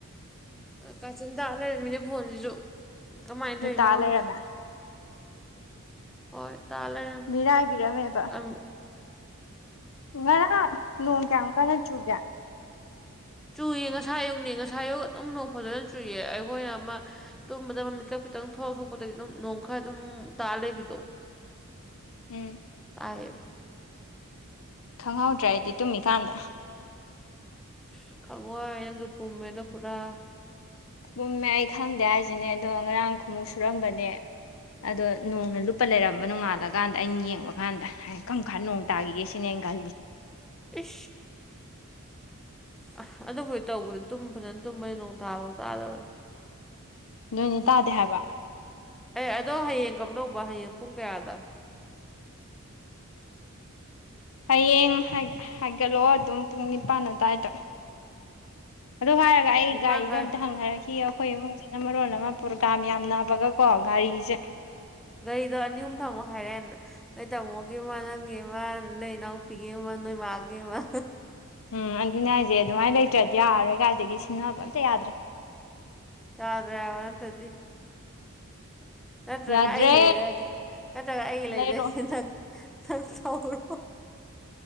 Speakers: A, in the centre; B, on the left.
A: ꯀꯆꯤꯟ ꯇꯥ ꯂꯩꯔꯃꯤꯅꯦ ꯐꯣꯟꯁꯨ ꯀꯃꯥꯏꯅ
B: ꯅꯤ
A: ꯇꯧꯔꯤꯅꯣ
B: ꯇꯥ
A: ꯈꯪꯗ꯭ꯔꯦ
B: ꯂꯩꯔꯝꯃꯦ
A: ꯍꯣꯏ ꯇꯥꯂꯦ
B: ꯃꯤꯔꯥꯏꯕꯤꯔꯝꯃꯦꯕ
A: ꯑ
B: ꯉꯔꯥꯡ ꯅꯣꯡ ꯀꯌꯥꯨꯛ ꯀꯟꯅ ꯆꯨꯒꯦ
A: ꯆꯨꯏ ꯉꯁꯥ ꯌꯨꯛꯅꯦ ꯉꯁꯥ ꯌꯌꯨ ꯑꯗꯨꯝ ꯅꯣꯡ ꯐꯖꯅ ꯆꯨꯏ ꯑꯩꯈꯣꯏꯅ ꯑꯃ ꯇꯨꯝꯕꯗ ꯑꯃ ꯃꯤꯀꯞ ꯈꯤꯇꯪ ꯊꯂꯛ ꯊꯣꯛꯄꯗꯒꯤ ꯑꯗꯨꯝ ꯅꯣꯡ ꯈꯔ ꯑꯗꯨꯝ ꯇꯥ ꯂꯩꯕꯤꯗꯣ
B: ꯎꯝ
A: ꯑꯌꯦꯕ
B: ꯈꯪꯍꯧꯗ꯭ꯔ ꯍꯥꯏꯗꯤ ꯇꯨꯝꯃꯤꯀꯥꯟꯗ
A: ꯑ ꯈꯪꯋꯥꯏ ꯅꯪꯗꯣ ꯄꯨꯝꯃꯦꯗꯣ ꯄꯨꯔꯥ
B: ꯃꯨꯝꯃꯦ ꯑꯩ ꯈꯪꯗꯦ ꯍꯥꯏꯁꯤꯅꯦ ꯑꯗꯣ ꯉꯔꯥꯡ ꯈꯃꯨꯛ ꯁꯨꯔꯝꯕꯅꯦ ꯑꯗꯣ ꯅꯣꯡꯅ ꯂꯨꯞꯄ ꯂꯩꯔꯝꯕ ꯅꯣꯡꯉꯥꯜꯂꯀꯥꯟꯗ ꯑꯩꯅ ꯌꯦꯡꯕ ꯀꯥꯟꯗ ꯀꯔꯝ ꯈꯥꯟ ꯅꯣꯡ ꯇꯥꯈꯤꯒꯦ ꯁꯤꯅꯦ ꯁ
A: ꯑ ꯑ ꯑꯗꯨꯕꯨꯗꯤ ꯇꯧꯕꯅꯤꯨꯝ ꯐꯖꯅ ꯇꯨꯝꯕꯅꯤ ꯅꯣꯡ ꯊꯥꯕ ꯇꯥꯗꯕꯅꯤ
B: ꯅꯣꯏꯅꯦ ꯇꯥꯗꯦ ꯍꯥꯏꯕ
A: ꯑꯦ ꯑꯗꯣ ꯍꯌꯦꯡ ꯀꯝꯗꯧꯕ ꯍꯌꯦꯡ ꯄꯨꯡ ꯀꯌꯥꯗ <unintelligible>
B: ꯍꯌꯦꯡ ꯍꯥꯏꯒꯠꯂꯑꯣ ꯑꯗꯨꯝ ꯄꯨꯡ ꯅꯤꯄꯥꯟ ꯑꯗꯨꯋꯥꯏꯗ
A: <unintelligible>
B: ꯑꯗꯨꯗ ꯍꯥꯏꯔꯒ ꯑꯩ
A: ꯅꯤꯄꯥꯟꯈꯩ
B: ꯒꯥꯔꯤꯗꯣ ꯑꯝꯇ ꯍꯪꯅꯔꯛꯈꯤ ꯑꯩꯈꯣꯏ ꯏꯃꯨꯡꯁꯤꯅ ꯃꯔꯣꯟꯜ ꯑꯃ ꯄ꯭ꯔꯣꯒꯥ꯭ꯔꯥꯝ ꯌꯥꯝꯅꯕꯒꯀꯣ ꯒꯥꯔꯤꯁꯦ
A: ꯒꯥꯔꯤꯗꯣ ꯑꯅꯤ ꯑꯍꯨꯝ ꯊꯝꯃꯣ ꯍꯥꯏꯔꯛꯦ ꯅꯣꯏ ꯇꯥꯃꯣꯒꯤꯃ ꯅꯪꯒꯤꯃ ꯅꯣꯏ ꯏꯅꯥꯎꯄꯤꯒꯤꯃ ꯃꯥꯒꯦ ꯃꯥ
B: ꯎꯝ ꯑꯗꯨꯅꯦ ꯍꯥꯏꯁꯦ ꯑꯗꯨꯃꯥꯏꯅ ꯂꯩꯇ꯭ꯔꯗꯤ ꯌꯥꯔꯔꯣꯏ ꯀꯥꯏꯗꯒꯤ ꯁꯤꯡꯟꯅꯕ ꯑꯝꯇ ꯌꯥꯗ꯭ꯔꯦ
A: ꯌꯥꯔ ꯔꯦꯕ ꯇꯗꯤ ꯅꯠꯇ꯭ꯔꯒ
B: ꯌꯥꯗ꯭ꯔꯦ
A: ꯑꯩꯂꯗꯒꯦ ꯅꯠꯇ꯭ꯔꯒ ꯑꯩꯒꯤ ꯂꯩꯗ
B: ꯂꯩꯔꯛꯑꯣ
A: ꯍꯊꯛ ꯇꯧꯔꯣ